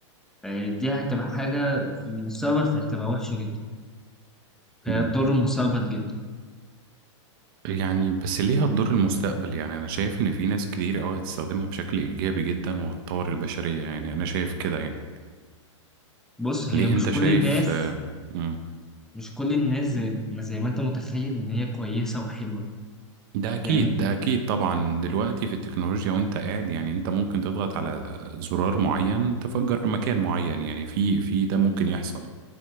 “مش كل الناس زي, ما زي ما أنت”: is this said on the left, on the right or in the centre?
Centre